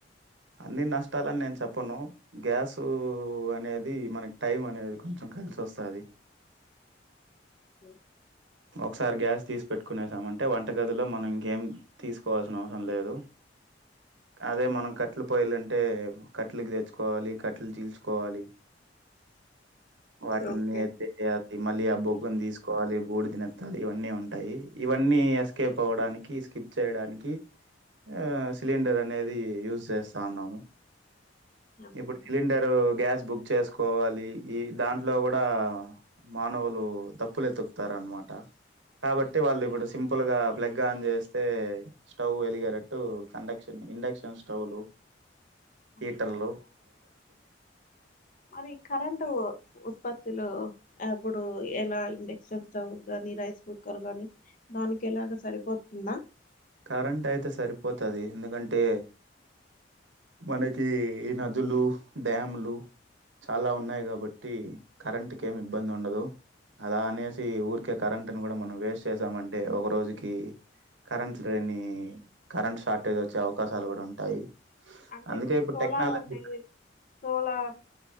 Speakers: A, on the right (about 80°); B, on the left (about 45°).
A: అన్ని నష్టాలని నేను చెప్పను గ్యాసు అనేది మనకి టైం అనేది కొంచం కలిసస్తాది
B: ఓకే
A: ఒకసారి గ్యాస్ తీసి పెట్టుకునేసామంటే వంటగదిలో మనం ఇంకేం తీసుకోవాల్సిన అవసరం లేదు అదే మనం కట్టలు పోయలంటే కట్టలకి తెచ్చుకోవాలి కట్టెలు తీసుకోవాలి వాటిని
B: ఓకే ఓకే
A: <unintelligible> మళ్ళీ ఆ బొగ్గుని తీసుకోవాలి దినత్తాలు ఇవన్నీ ఉంటాయి ఇవన్నీ ఎస్కేప్ అవ్వడానికి స్కిప్ చేయడానికి ఆ సిలిండర్ అనేది యూజ్ చేస్తా ఉన్నాము
B: ఓకే
A: ఇప్పుడు సిలిండరు గ్యాస్ బుక్ చేసుకోవాలి ఈ దాంట్లో కూడా మానవులు తప్పులు ఎతుకుతారు అనమాట కాబట్టి వాళ్ళు ఇప్పుడు సింపుల్ గా ప్లగ్ ఆన్ చేస్తే స్టవ్ వెలిగేటట్టు కండక్షన్ ఇండక్షన్ స్టవ్లు
B: ఓకే
A: హీటర్లు
B: మరి కరెంటు ఉత్పత్తులు అప్పుడు ఎలా ఇండక్షన్ స్టవ్ గాని రైస్ కుక్కర్ గాని దానికి ఎలాగ సరిపోతుందా
A: కరెంట్ అయితే సరిపోతది ఎందుకంటే మనకి ఈ నదులు డ్యామ్లు చాలా ఉన్నాయి కాబట్టి కరెంట్ కు ఏమి ఇబ్బంది ఉండదు అలా అనేసి ఊరికే కరెంట్ని కూడా మనం వేస్ట్ చేసామంటే ఒక రోజుకి కరెంట్ గాని కరెంట్ షార్టేజ్ వచ్చే అవకాశాలు కూడా ఉంటాయి
B: అంటే
A: అందుకే
B: ఇప్పుడు సోలార్
A: టెక్నాలజీ
B: అన్నయి సోలార్